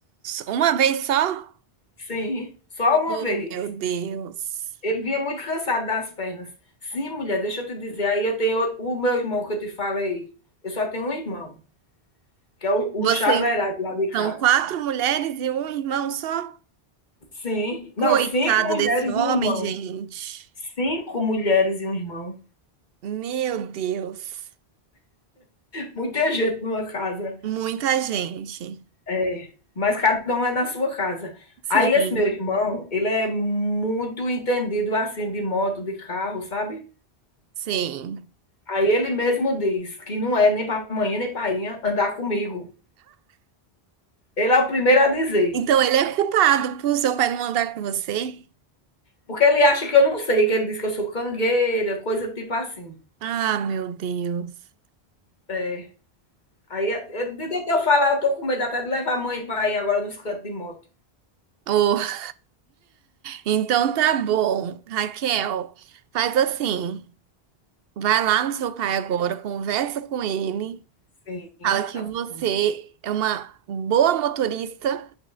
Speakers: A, on the right; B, on the left.
A: Uma vez só?
B: Sim, só uma
A: Oh,
B: vez.
A: meu Deus.
B: Ele vinha muito cansado das pernas. Sim, mulher, deixa eu te dizer. Aí eu tenho o- meu irmão que eu te falei. Eu só tenho um irmão, que é o,
A: Vocês
B: o chalerado lá de
A: são
B: casa.
A: quatro mulheres e um irmão só?
B: Sim.
A: Coitado
B: Não, cinco mulheres
A: desse homem,
B: e um irmão.
A: gente.
B: Cinco mulheres e um irmão.
A: Meu Deus.
B: Muita gente numa casa.
A: Muita gente.
B: É, Mas cada um é na sua casa.
A: Sim,
B: Aí esse meu irmão, ele é muito entendido assim de moto, de carro, sabe?
A: sim.
B: Aí ele mesmo diz que não é nem para amanhã nem para andar comigo. Ele é o primeiro a dizer.
A: Então ele é culpado por seu pai não andar com você?
B: Porque ele acha que eu não sei, que ele diz que eu sou cangueira, coisa tipo assim.
A: Ah, meu Deus.
B: É. Aí, eu, de tanto eu falar, eu tô com medo até de levar a mãe e pai agora nos cantos de moto.
A: Oh, então tá bom, Raquel. Faz assim, vai lá no seu pai agora, conversa com ele,
B: Sim,
A: fala que
B: tá
A: você
B: bom.
A: é uma boa motorista